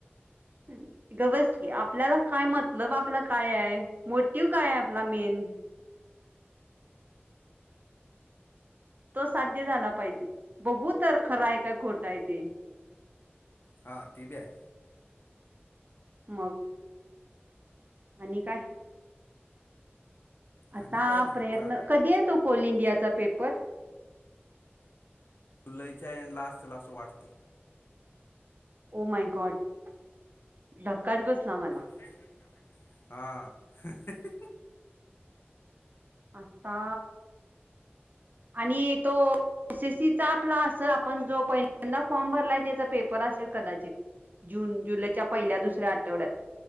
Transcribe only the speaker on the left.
हां ते बी हाय.
आणि काय नाही
आता
जुलैच्या एंड ला असल अस वाटतय.
<unintelligible> हा <inaudible>